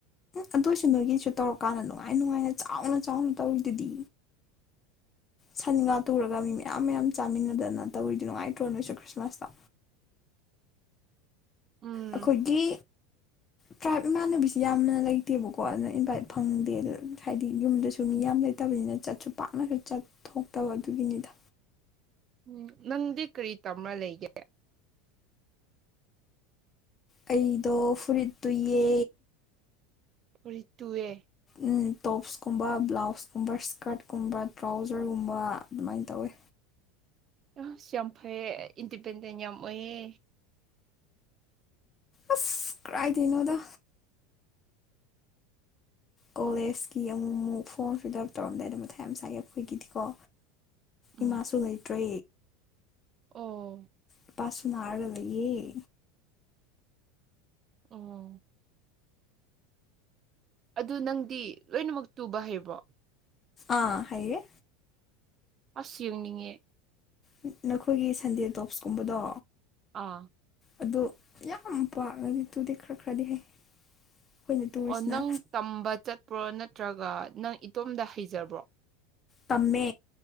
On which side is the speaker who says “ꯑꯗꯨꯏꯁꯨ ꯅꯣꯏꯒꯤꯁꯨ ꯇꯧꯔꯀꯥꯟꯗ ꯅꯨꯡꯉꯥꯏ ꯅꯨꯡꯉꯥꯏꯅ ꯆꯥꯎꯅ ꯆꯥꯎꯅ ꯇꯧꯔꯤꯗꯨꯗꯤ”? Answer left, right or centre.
Left